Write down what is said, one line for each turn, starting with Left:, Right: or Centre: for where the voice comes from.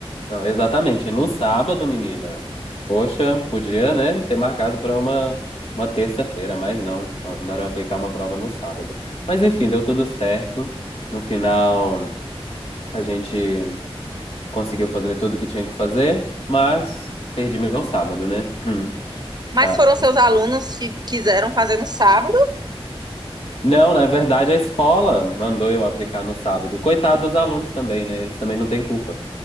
Left: Não, exatamente. No sábado, menina. Poxa, podia, né, ter marcado para uma, uma terça-feira, mas não. Mandaram aplicar uma prova no sábado. Mas enfim, deu tudo certo. No final, a gente conseguiu fazer tudo que tinha que fazer, mas perdi meu sábado, né? Hum.
Right: Mas
Left: Ah,
Right: foram seus alunos que quiseram fazer no sábado?
Left: Não, na verdade, a escola mandou eu aplicar no sábado. Coitado dos alunos também, né? Eles também não têm culpa.